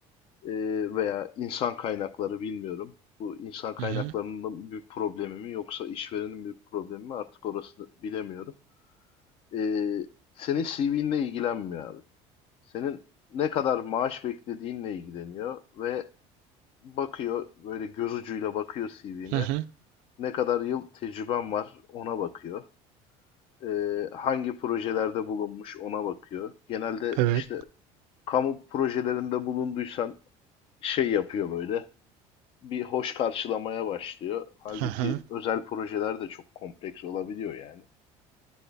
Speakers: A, on the left (about 45°); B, on the right (about 85°).
A: e, veya insan kaynakları bilmiyorum. Bu insan kaynaklarının
B: Hı hı.
A: bir problemi mi yoksa işverenin bir problemi mi artık orasını bilemiyorum. Ee, senin CV'nle ilgilenmiyor abi. Senin ne kadar maaş beklediğinle ilgileniyor ve Bakıyor böyle göz ucuyla bakıyor CV'ne.
B: Hı hı.
A: Ne kadar yıl tecrüben var ona bakıyor. Ee, hangi projelerde bulunmuş ona bakıyor. Genelde
B: Evet.
A: işte kamu projelerinde bulunduysan şey yapıyor böyle. Bir hoş karşılamaya başlıyor. Halbuki
B: Hı hı.
A: özel projeler de çok kompleks olabiliyor yani.